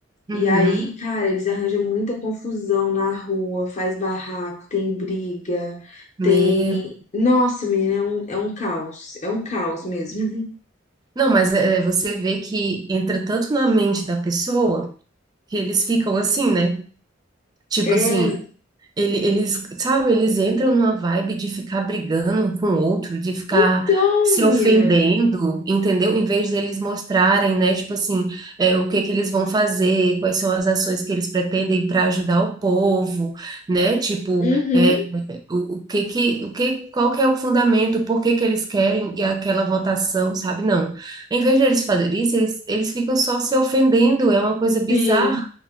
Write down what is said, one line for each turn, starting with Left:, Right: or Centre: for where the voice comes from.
Left: E
Right: Uhum.
Left: aí, cara, eles arranjam muita confusão na rua, faz barraco, tem briga,
Right: Meu.
Left: tem. Nossa, menina, é um, é um caos. É um caos mesmo. <laughs>
Right: Não, mas é, você vê que entra tanto na mente da pessoa que eles ficam assim, né? Tipo
Left: É.
Right: assim, ele, eles, sabe, eles entram numa vibe de ficar brigando um com o outro, de ficar
Left: Então,
Right: se
Left: menina.
Right: ofendendo, entendeu? Em vez deles mostrarem, né, tipo assim, é, o que que eles vão fazer, quais são as ações que eles pretendem para ajudar o povo, né? Tipo,
Left: Uhum.
Right: é, o, o que que, o que, qual que é o fundamento, por que que eles querem e aquela votação, sabe? Não. Em vez de eles fazerem isso, eles, eles ficam só se ofendendo, é uma coisa bizarra.
Left: Sim.